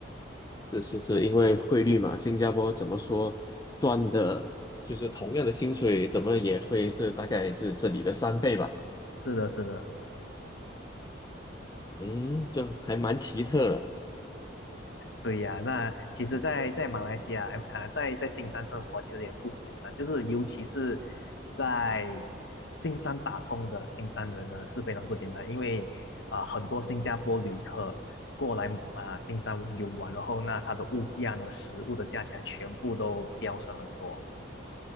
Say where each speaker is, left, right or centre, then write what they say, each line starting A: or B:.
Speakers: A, on the left; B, on the left.
A: 是是是，因为汇率嘛，新加坡怎么说赚的，就是同样的薪水，怎么也会是大概是这里的三倍吧。
B: 是的，是的，
A: 嗯，这还蛮奇特的。
B: 对呀。那其实在，在马来西亚，哎啊、在在新山生活其实也不简单，就是尤其是在新山打工的新山人呢是非常不简单，因为啊、很多新加坡旅客过来啊、新山游玩，然后那它的物价呢，食物的价钱全部都飙升很多。